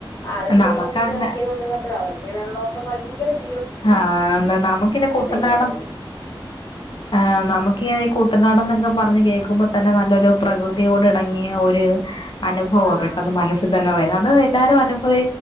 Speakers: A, on the left; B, on the left.
A: ആലപ്പുഴ
B: നമുക്ക്
A: ഒരു ഓഫീസ്
B: അങ്ങ
A: വർക്ക് ചെയ്തണ്ട അപ അവർക്ക് വെള്ളമൊക്കെ ഭയങ്കര ഇഷ്
B: ആഹാ നമുക്കിനി കുട്ടനാടും
A: വരുവായിരുന്നു
B: ആ് നമുക്കിങ്ങനെ ഈ കുട്ടനാട് എന്നൊക്കെ പറഞ്ഞഞ് കേൾക്കുമ്പോ തന്നെ നല്ലൊരു പ്രകൃതിയോട് ഇടങ്ങിയ ഒരു അനുഭവോ
A: ആഹ്
B: പെട്ടെന്ന് മനസ്സിൽ തന്നെ വരുന്നു അത് എല്ലാരും അനുഭവ